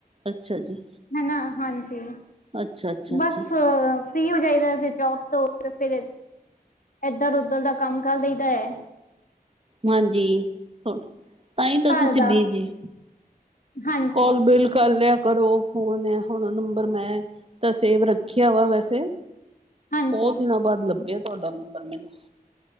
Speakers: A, on the right (about 40°); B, on the left (about 60°).
A: ਅੱਛਾ ਜੀ
B: ਹਨਾ ਹਾਂਜੀ,
A: ਅੱਛਾ-ਅੱਛਾ-ਅੱਛਾ
B: ਬਸ ਫ੍ਰੀ ਹੋ ਜਾਈਦਾ ਫਿਰ ਜੋਬ ਤੋਂ ਤੇ ਫਿਰ ਇੱਧਰ ਉੱਧਰ ਦਾ ਕੰਮ ਕਰ ਲਈਦਾ ਹੈ।
A: ਹਾਂਜੀ ਤਾਂਹੀ ਤਾਂ
B: ਘਰ
A: ਤੁਸੀਂ
B: ਦਾ
A: ਬੀਜੀ,
B: ਹਾਂਜੀ।
A: ਕੋਲ ਬਿ ਕਰ ਲਿਆ ਕਰੋ ਫੋਨ ਹੈ ਹੁਣ ਨੰਬਰ ਮੈਂ ਤ ਸੇਵ ਰੱਖਿਆ ਵਾ ਵੈਸੇ,
B: ਹਾਂਜੀ,
A: ਬਹੁਤ ਦਿਨਾਂ ਬਾਅਦ ਲੱਭਿਆ ਤੁਹਾਡਾ ਨੰਬਰ ਮੈਨੂੰ।